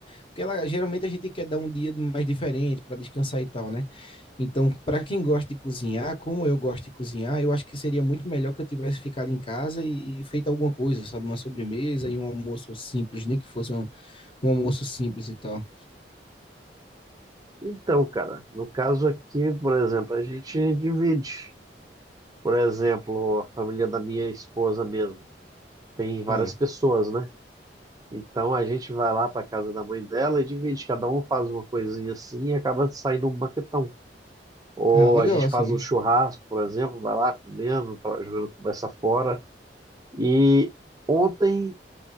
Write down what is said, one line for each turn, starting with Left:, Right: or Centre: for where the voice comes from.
Left: Porque ela, geralmente a gente quer dar um dia mais diferente para descansar e tal, né? Então, para quem gosta de cozinhar, como eu gosto de cozinhar, eu acho que seria muito melhor que eu tivesse ficado em casa e, e feito alguma coisa, sabe? Uma sobremesa e um almoço simples, nem que fosse um, um almoço simples e tal.
Right: Então, cara, no caso aqui, por exemplo, a gente divide. Por exemplo, a família da minha esposa mesmo. Tem várias
Left: É.
Right: pessoas, né? Então a gente vai lá para casa da mãe dela e divide. Cada um faz uma coisinha assim e acaba saindo um banquetão. Ou
Left: Ah, legal,
Right: a gente
Left: assim.
Right: faz um churrasco, por exemplo, vai lá comendo, pra- jogando conversa fora. E ontem